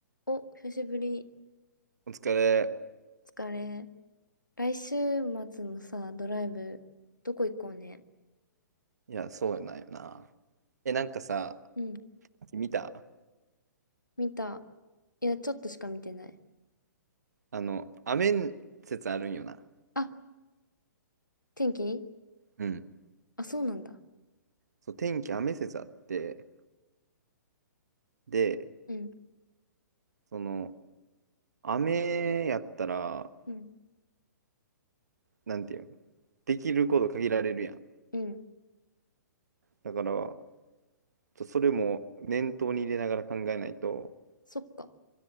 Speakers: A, on the left; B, on the right.
A: お、久しぶり。
B: お疲れ。
A: 疲れ。来週末のさ、ドライブ、どこ行こうね。
B: いや、そうやないよな。え、なんかさ、
A: うん、
B: 見た
A: 見た。いや、ちょっとしか見てない。
B: あの、雨説あるんよな。
A: あ、天気
B: うん。
A: あ、そうなんだ。
B: そう、天気雨説あって、で、
A: うん、
B: その、雨やったら、
A: うん、
B: なんていうの、できること限られるやん。
A: うん。
B: だから、ちょっとそれも念頭に入れながら考えないと、
A: そっか。